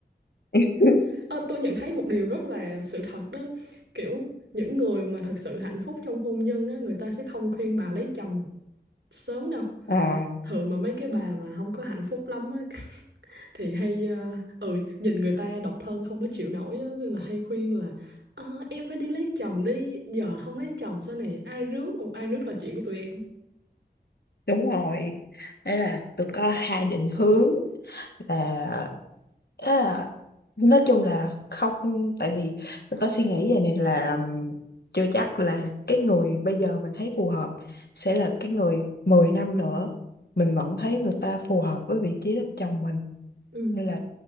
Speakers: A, on the left; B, on the right.
A: <laughs>
B: <laughs> Ờ, tôi nhận thấy một điều rất là sự thật đó kiểu những người mà thực sự hạnh phúc trong hôn nhân á người ta sẽ không khuyên bà lấy chồng sớm đâu
A: Ờ.
B: thường mà mấy cái bà mà không có hạnh phúc lắm á <laughs> thì hay ờ, ừ nhìn người ta độc thân không có chịu nổi á nên là hay khuyên là "Ờ, em phải đi lấy chồng đi giờ không lấy chồng sao nè ai rước một ai rước là chuyện của tụi em
A: đúng rồi đấy là tôi có hai định hướng là à, nói chung là không tại vì tôi có suy nghĩ về này là ừm, chưa chắc là cái người bây giờ mình thấy phù hợp sẽ là cái người 10 năm nữa mình vẫn thấy người ta phù hợp với vị trí làm chồng mình
B: Ừ.
A: nên là